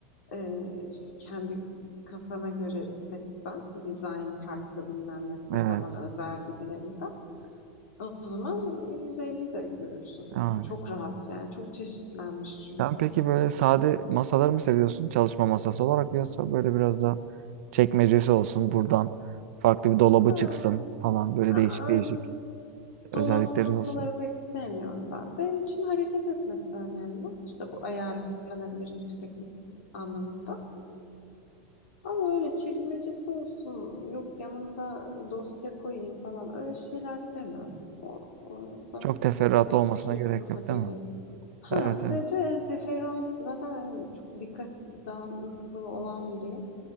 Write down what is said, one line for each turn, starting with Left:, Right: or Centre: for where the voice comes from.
Left: e, işte kendi kafana göre seçsen dizaynı farklı bilmem nesi
Right: Evet.
Left: falan özel gibilerinden O zaman 150'yi de görürsün.
Right: Yani.
Left: Çok rahat yani. Çok çeşitlenmiş çünkü.
Right: Sen peki böyle sade masaları mı seviyorsun? Çalışma masası olarak yoksa böyle biraz da çekmecesi olsun, buradan farklı bir dolabı
Left: Ha,
Right: çıksın falan böyle
Left: aa,
Right: değişik
Left: öyle
Right: değişik
Left: dolaplı
Right: özellikleri
Left: masaları
Right: olsun.
Left: pek sevmiyorum ben. Benim için hareket etmesi önemli. İşte bu ayarlanabilir yükseklik anlamında. Ama öyle çekmecesi olsun, yok yanında dosya koyayım falan öyle şeyler sevmiyorum. O, o bana
Right: Çok
Left: çok
Right: teferruatlı
Left: eski
Right: olmasına gerek
Left: kafa
Right: yok
Left: geliyor.
Right: değil mi?
Left: Ha
Right: Evet evet.
Left: ve de yani teferruat zaten hani çok dikkat dağınıklığı olan biriyim.